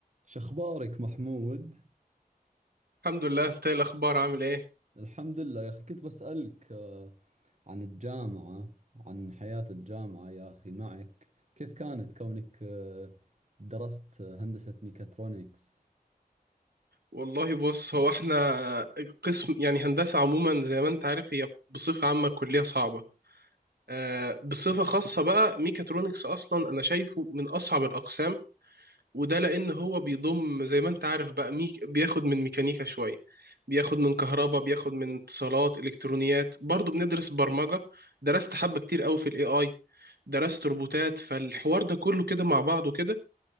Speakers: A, on the right; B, on the right.
A: شخبارك محمود؟
B: الحمد لله انت ايه الاخبار عامل ايه
A: الحمد لله يا أخي كنت بسألك آه، عن الجامعة عن حياة الجامعة يا أخي معك كيف كانت كونك آه، درست آه، هندسة ميكاترونكس؟
B: والله بص هو احنا قسم يعني هندسة عموما زي ما انت عارف هي بصفة عامة كلية صعبة آه، بصفة خاصة بقى ميكاترونكس اصلا انا شايفه من اصعب الاقسام وده لان هو بيضم زي ما انت عارف بقى ميك بياخد من ميكانيكا شوية بياخد من كهرباء بياخد من اتصالات الكترونيات برضو بندرس برمجة درست حبة كتير قوي في الاي اي درست روبوتات فالحوار ده كله كده مع بعضه كده